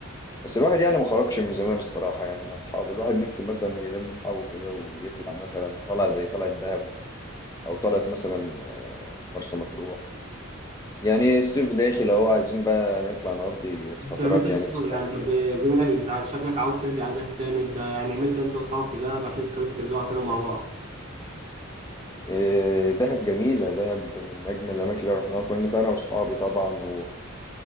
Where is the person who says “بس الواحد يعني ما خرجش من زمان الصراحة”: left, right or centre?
Left